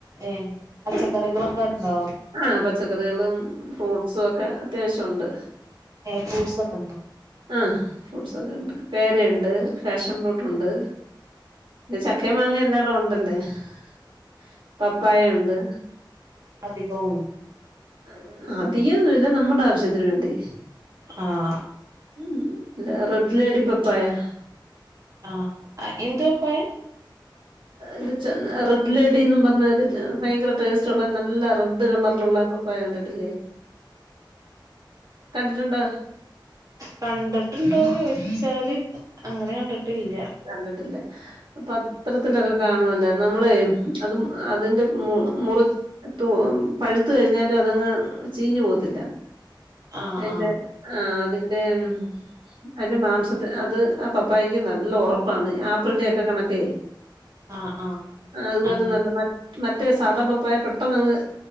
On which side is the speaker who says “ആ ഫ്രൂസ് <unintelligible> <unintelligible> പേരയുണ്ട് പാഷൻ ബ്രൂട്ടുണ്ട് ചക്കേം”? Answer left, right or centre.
Right